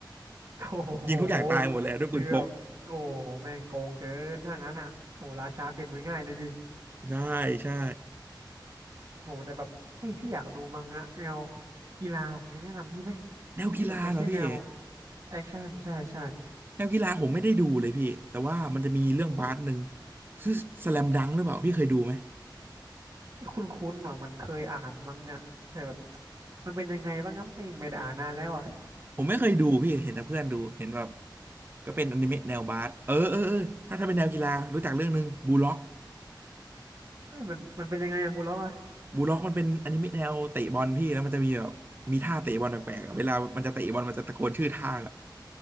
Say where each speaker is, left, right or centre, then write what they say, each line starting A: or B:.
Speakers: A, on the right; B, on the right.
A: โอ้โห
B: <laughs> ยิงทุกอย่างตายหมดเลยด้วยปืนพก
A: คือแบบโอ้แม่งโกงเกินถ้างั้นอ่ะโอ้ราชาเปลี่ยนมือง่ายเลยดิ
B: ใช่ใช่
A: โอ้แต่แบบเอ้ยพี่อยากดูมังงะแนวกีฬามีแนะนำพี่ไหม
B: แนวกีฬาเหรอพี่
A: ที่แบบไม่ใช่แนวแอคชั่นใช่ใช่
B: แนวกีฬาผมไม่ได้ดูเลยพี่แต่ว่ามันจะมีเรื่องบาสหนึ่ง
A: โอ้
B: ชื่อสแลมดังหรือเปล่าพี่เคยดูไหม
A: คุ้นๆหน่อยมันเคยอ่านมั้งอ่ะแต่แบบมันเป็นยังไงบ้างครับไม่ไม่ได้อ่านนานแล้วอ่ะ
B: ผมไม่เคยดูพี่เห็นแต่เพื่อนดูเห็นแบบก็เป็นอนิเมะแนวบาสเออเออเออถ้าถ้าเป็นแนวกีฬารู้จักเรื่องหนึ่งบูล็อก
A: เฮ้ยมันมันเป็นยังไงอะบูลล็อกอ่ะ
B: บูล็อกมันเป็นอนิเมะแนวเตะบอลพี่แล้วมันจะมีแบบมีท่าเตะบอลแปลกๆอะเวลามันจะเตะบอลมันจะตะโกนชื่อท่า